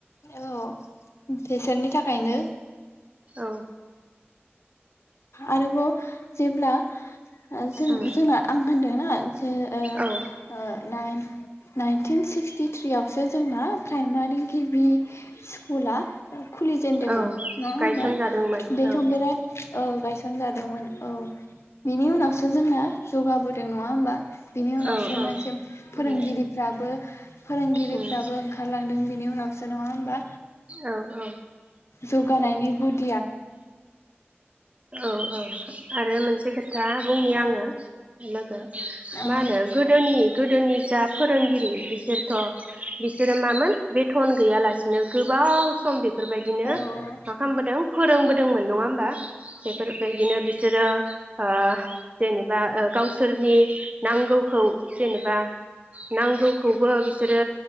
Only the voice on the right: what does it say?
औ
उम
औ
औ
गायसनजादोंमोन
औ
औ औ
उम
उम
औ औ
औ औ आरो मोनसे खोथा बुंनि
आङो <unintelligible>
मा होनो गोदोनि गोदोनि जा फोरोंगिरि बिसोरथ' बिसोरो मामोन बेथन गैयालासिनो गोबाव सम बे फोरबायदिनो
मा खामबोदों फोरोंबोद दोंमोन नङा होमबा बेफोरबायदिनो बिसोरो ओ जेनेबा गावसि सोरनि नांगौखौ जेनेबा नांगौखौबो बिसोरो